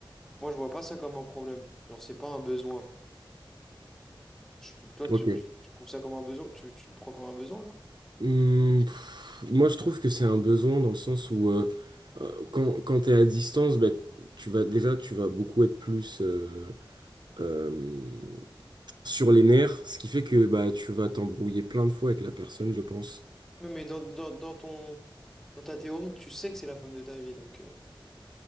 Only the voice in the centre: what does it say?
Moi, je vois pas ça comme un problème. Genre, c'est pas un besoin. Je- Toi, tu,
tu- tu trouves ça comme un besoin? Tu, tu le prends comme un besoin, là?
Oui, mais dans, dans, dans ton, dans ta théorie, tu sais que c'est la femme de ta vie, donc euh,